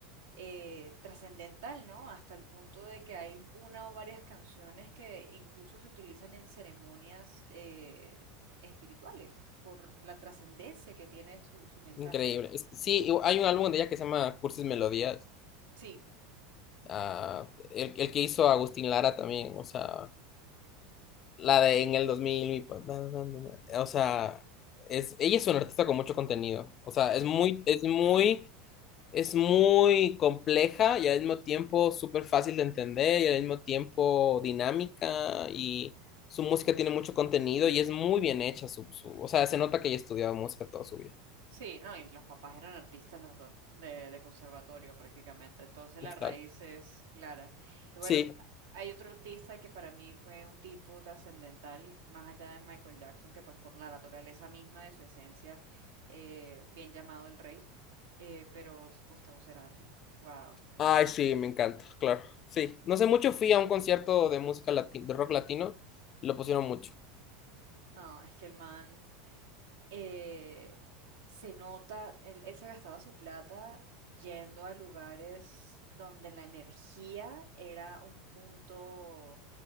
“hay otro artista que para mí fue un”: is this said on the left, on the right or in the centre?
Right